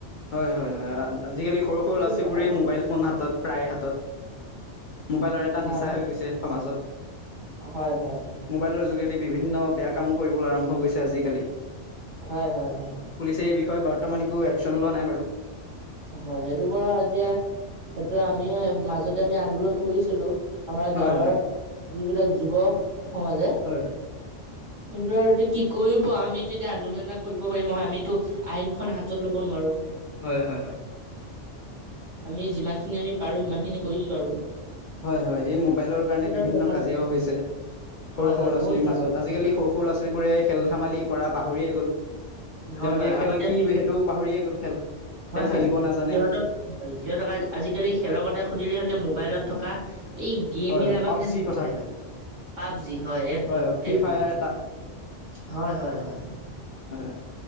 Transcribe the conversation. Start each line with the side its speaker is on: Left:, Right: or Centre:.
Left: হয়, হয়, হয় আজিকালি সৰু সৰু ল'ৰা ছোৱীবোৰেই
Right: সমাজ
Left: মোবাইল ফোন হাতত প্ৰায় হাতত। মোবাইলৰ এটা
Right: হয়
Left: নিচা হৈ গৈছে সমাজত
Right: হয় হয় হয়
Left: মোবাইলৰ যোগেদি বিভিন্ন বেয়া কামো কৰিবলৈ আৰম্ভ কৈছে আজিকালি।
Right: হয় হয় হয়
Left: পুলিচে এই বিষয়ে বৰ্তমান একো একচন লোৱা নাই বাৰু।
Right: হয় সেইটো পৰা এতিয়া এইটো আমিও মাজতে আমি আন্দোলন কৰিছিলো। আমাৰ
Left: হয়
Right: গাঁৱৰ
Left: হয় হয়
Right: যিবিলাক যুৱ সমাজে
Left: হয়
Right: কিন্তু আৰু এতিয়া কি কৰিব। আমিতো এতিয়া আন্দোলন কৰিব পাৰিম নহয়। আমিতো আইনখন হাতত ল'ব নোৱাৰো।
Left: হয়, হয়, হয়।
Right: আমি যিমানখিনি আমি পাৰো সিমান খিনি কৰিছো আৰু।
Left: হয়, হয় এই মোবাইলৰ কাৰণে
Right: পিছত
Left: বিভিন্ন
Right: আৰু দেখা
Left: কাজিয়াও
Right: যাব
Left: হৈছে। সৰু
Right: হয় হয়
Left: সৰু ল'ৰা-ছোৱালীৰ
Right: বহুত কাম
Left: মাজত আজিকালি সৰু সৰু ল'ৰা-ছোৱালীবোৰে খেল-ধেমালি কৰা পাহৰিয়ে গ'ল। তেওঁলোকে
Right: হয় হয়
Left: খেল
Right: আগতে
Left: কি
Right: আমি
Left: সেইটো পাহৰিয়ে গ'ল খেল
Right: হয়
Left: খেল
Right: হয়
Left: খেলিব নাজানে
Right: সিহঁতক হয় সিহঁতক আজিকালি খেলৰ কথা সুধিলে সিহঁতে মোবাইলত থকা এই গেমবিলাকক
Left: হয় হয় পাবজি
Right: খে চিনি
Left: কথা
Right: পায়
Left: কয়
Right: পাবজি হয় এক নম
Left: হয় ফ্ৰী
Right: এক
Left: ফায়াৰ
Right: নম।
Left: এটা
Right: হয়, হয়, হয়।
Left: হয়